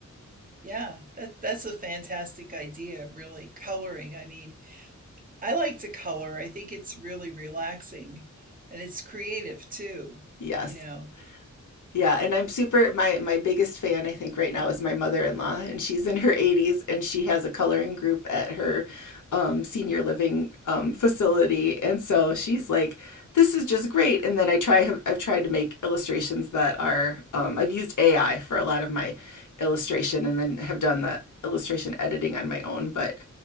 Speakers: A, on the right; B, on the left.
A: Yeah, that that's a fantastic idea, really. Coloring. I mean, I like to color. I think it's really relaxing and it's creative too,
B: Yes.
A: you know.
B: Yeah, and I'm super my my biggest fan I think right now is my mother-in-law and she's in her 80s and she has a coloring group at her um senior living um facility and so she's like this is just great and then I try have, I've tried to make illustrations that are um I've used AI for a lot of my illustration and then have done the illustration editing on my own but